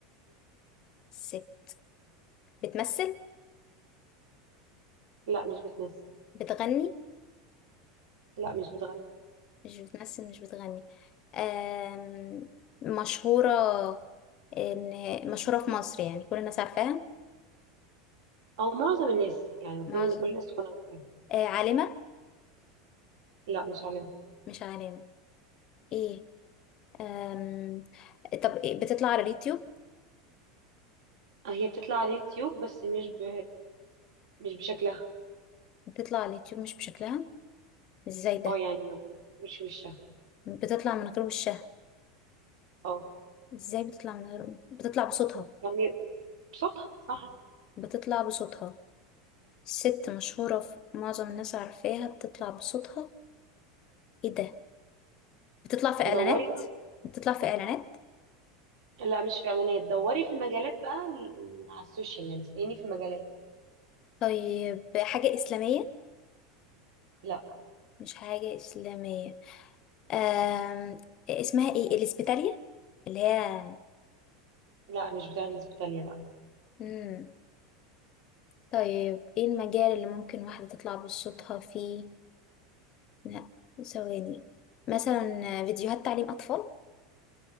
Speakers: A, on the left; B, on the right.
A: ست بتمثل
B: لا مش بتمثل
A: بتغني
B: لا مش بتغني
A: مش بتمثل مش بتغني آم، مشهورة إن مشهورة في مصر يعني كل الناس عارفاها
B: او معظم الناس يعني المفروض
A: معظم
B: ان كل الناس تكون عارفاها
A: آه، عالمة
B: لا مش عالمة
A: مش عالمة إيه آم، طب إيه؟ بتطلع على اليوتيوب
B: هي بتطلع على اليوتيوب بس مش ب... مش بشكلها
A: بتطلع على اليوتيوب مش بشكلها إزاي ده
B: اه يعني ما بتظهرش وشها
A: بتطلع من غير وشها
B: اه
A: إزاي بتطلع من غير بتطلع بصوتها
B: يعني بصوتها صح
A: بتطلع بصوتها ست مشهورة في معظم الناس عارفاها بتطلع بصوتها إيه ده بتطلع في إعلانات
B: دوري بقى
A: بتطلع في إعلانات
B: لا مش في اعلانات دوري في المجالات بقى ال- ال- على السوشيال يعني اسأليني في المجالات
A: طيب حاجة إسلامية
B: لا
A: مش حاجة إسلامية أم... اسمها إيه الإسبيتالية اللي هي
B: لا مش بتاع الاسبيتاليا لا
A: مم. طيب إيه المجال اللي ممكن واحدة تطلع بصوتها فيه لا ثواني مثلا فيديوهات تعليم أطفال